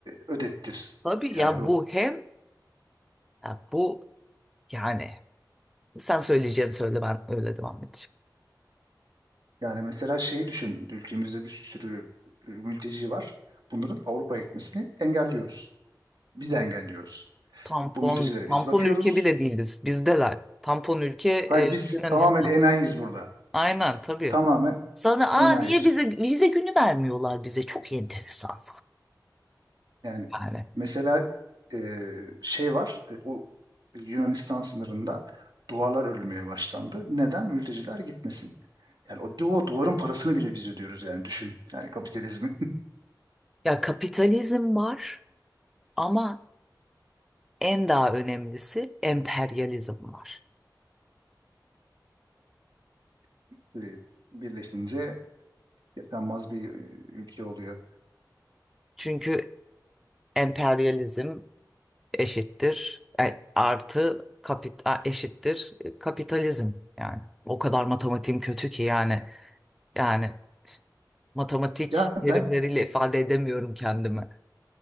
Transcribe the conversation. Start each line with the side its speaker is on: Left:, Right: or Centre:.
Right: ödettir.
Centre: Tabii
Right: Yani
Centre: ya
Right: bu
Centre: bu hem ya bu yani sen söyleyeceğini söyle ben öyle devam edeceğim.
Right: yani mesela şeyi düşün, ülkemizde bir sürü e, mülteci var. Bunların Avrupa'ya gitmesini engelliyoruz. Biz engelliyoruz.
Centre: Tampon
Right: Bu mültecilere
Centre: tampon
Right: biz bakıyoruz.
Centre: ülke bile değiliz bizdeler. Tampon ülke e,
Right: Hayır biz
Centre: Yunanistan.
Right: tamamen enayiyiz burada.
Centre: Aynen tabii.
Right: Tamamen
Centre: Sonra aa
Right: enayi.
Centre: niye bize vize günü vermiyorlar bize çok enteresan.
Right: Yani
Centre: Yani
Right: mesela e, şey var, e, o Yunanistan sınırında duvarlar örülmeye başlandı. Neden? Mülteciler gitmesin. Yani o duva duvarın parasını bile biz ödüyoruz yani düşün. Yani kapitalizmin
Centre: Ya kapitalizm var ama en daha önemlisi emperyalizm var.
Right: <laughs> e, birleşince yaşanmaz bir e, ülke oluyor.
Centre: Çünkü emperyalizm eşittir e, artı kapita eşittir e, kapitalizm yani. O kadar matematiğim kötü ki yani yani matematik
Right: Ya ben
Centre: terimleriyle ifade edemiyorum kendimi.